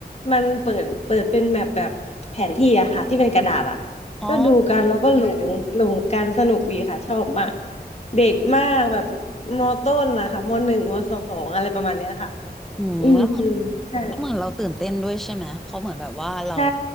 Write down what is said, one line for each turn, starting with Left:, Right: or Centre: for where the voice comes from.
Left: มันเปิดเปิดเป็นแมปแบบแผนที่อะค่ะที่เป็นกระดาษอะ
Centre: อ๋อ
Left: ก็ดูกันแล้วก็หลงหลงกันสนุกดีค่ะชอบมากเด็กมากแบบมต้นนะคะมหนึ่งมสองอะไรประมาณเนี้ยค่ะ
Centre: อืมแล้ว
Left: อืมใช่
Centre: แล้วเหมือนเราตื่นเต้นด้วยใช่ไหมเพราะเหมือนแบบว่าเรา
Left: ใช่